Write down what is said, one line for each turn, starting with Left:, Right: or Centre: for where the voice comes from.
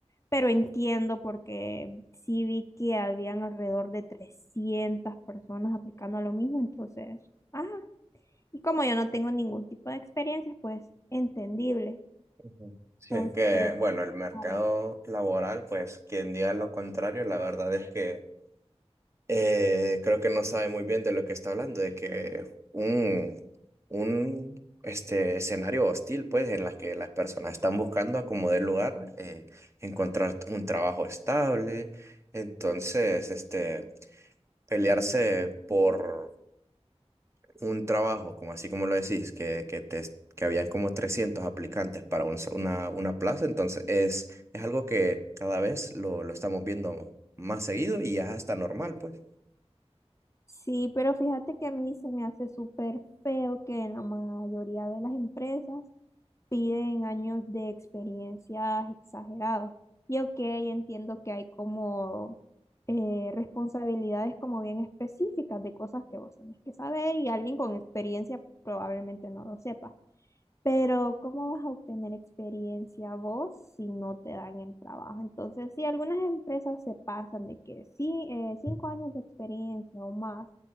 Left: pero entiendo porque sí vi que habían alrededor de 300 personas aplicando a lo mismo, entonces, ajá. Y como yo no tengo ningún tipo de experiencia, pues entendible.
Right: ujú. Sí,
Left: Entonces,
Right: es que, bueno, el mercado
Left: a ver.
Right: laboral, pues quien diga lo contrario, la verdad es que eh, creo que no sabe muy bien de lo que está hablando, de que un, un este, escenario hostil, pues, en la que las personas están buscando acomodar lugar, eh, encontrar un trabajo estable. Entonces, este... pelearse por un trabajo, como así como lo decís, que, que, te, que habían como 300 aplicantes para un so- una, una plaza, entonces es, es algo que cada vez lo, lo estamos viendo más seguido y ya está normal, pues.
Left: Sí, pero fíjate que a mí se me hace súper feo que en la mayoría de las empresas piden años de experiencias exagerados. Y ok, entiendo que hay como eh, responsabilidades como bien específicas de cosas que vos tenés que saber y alguien con experiencia probablemente no lo sepa. Pero ¿cómo vas a obtener experiencia vos si no te dan el trabajo? Entonces, sí, algunas empresas se pasan de que sí, eh, cinco años de experiencia o más,